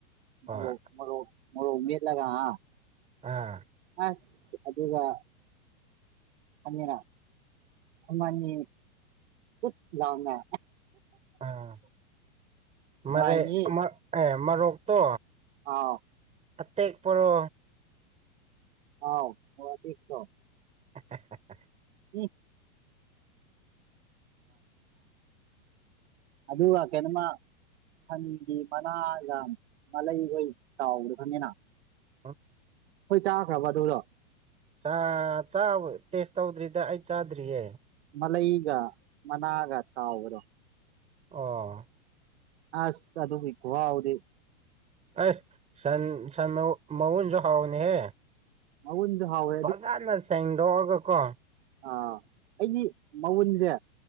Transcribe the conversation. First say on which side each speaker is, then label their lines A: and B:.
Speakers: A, on the right; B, on the right.
A: ꯍꯣꯏ
B: ꯃꯣꯔꯣꯛ ꯃꯣꯔꯣꯛ ꯃꯣꯔꯣꯛ ꯃꯦꯠꯂꯒ ꯍꯥ
A: ꯑꯥ
B: ꯑꯁ ꯑꯗꯨꯒ ꯑꯅꯤꯔꯥ ꯑꯃ ꯑꯅꯤ ꯀꯨꯠ ꯂꯥꯎꯅ
A: ꯑꯥ
B: ꯅꯨꯡꯉꯥꯏꯅꯤ
A: ꯃꯥꯔꯦ ꯑꯃ ꯑꯦ ꯃꯥꯔꯣꯛꯇꯣ
B: ꯑꯥꯎ
A: ꯑꯇꯦꯛ ꯄꯥꯔꯣ
B: ꯑꯥꯎ ꯃꯣꯔꯣꯛ ꯑꯇꯦꯛꯇꯣ
A: <unintelligible>
B: ꯎꯝ <inaudible> ꯑꯗꯨꯒ ꯀꯩꯅꯣꯃꯥ ꯁꯟꯒꯤ ꯃꯅꯥꯒ ꯃꯂꯩꯈꯣꯏ ꯇꯥꯎꯕꯗꯣ ꯈꯪꯉꯦꯅ
A: <inaudible>
B: ꯈꯣꯏ ꯆꯥꯈ꯭ꯔꯥꯕ ꯑꯗꯨꯗꯣ
A: ꯆꯥ ꯆꯥꯕ ꯇꯦꯁ ꯇꯧꯗ꯭ꯔꯤꯗ ꯑꯩ ꯆꯥꯗ꯭ꯔꯤꯌꯦ
B: ꯃꯂꯩꯒ ꯃꯅꯥꯒ ꯇꯥꯎꯕꯗꯣ
A: ꯑꯣ
B: ꯑꯁ ꯑꯗꯨꯒꯤ ꯈꯨꯍꯥꯎꯗꯤ
A: ꯑꯩꯁ ꯁꯟ ꯁꯟ ꯃꯥ ꯃꯎꯟꯖꯨ ꯍꯥꯎꯕꯅꯦꯍꯦ
B: ꯃꯥꯎꯟꯗꯨ ꯍꯥꯎ
A: ꯐꯖꯅ ꯁꯦꯡꯗꯣꯛꯑꯒ ꯀꯣ
B: ꯑꯥ ꯑꯩꯗꯤ ꯃꯎꯟꯖꯦ